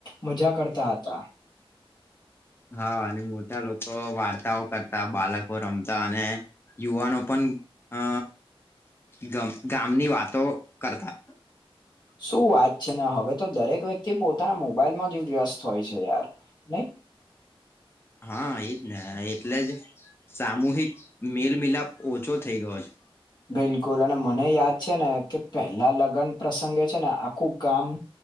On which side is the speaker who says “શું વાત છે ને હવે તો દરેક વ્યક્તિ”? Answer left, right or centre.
Left